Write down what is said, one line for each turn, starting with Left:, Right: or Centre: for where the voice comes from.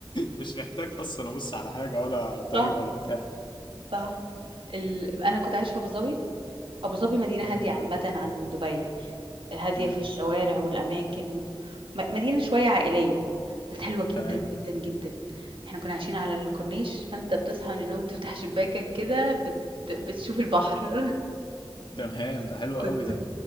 Left: مش محتاج اصلا ابص على حاجة ولا طريق
Right: صح
Left: ولا بتاع
Right: صح ال... انا كنت عايشه في ابو ظبي أبو ظبي مدينة
Left: مم.
Right: هادية عامة عن دبي هادية
Left: مم.
Right: في الشوارع والأماكن م- مدينة شوية عائلية بس حلوة جدا
Left: تمام
Right: جدا جدا احنا كنا عايشين على الكورنيش فانت بتصحى من النوم تفتح شباكك كده بت... بتشوف البحر <laughs>
Left: تمام ده حلو
Right: كنت
Left: قوي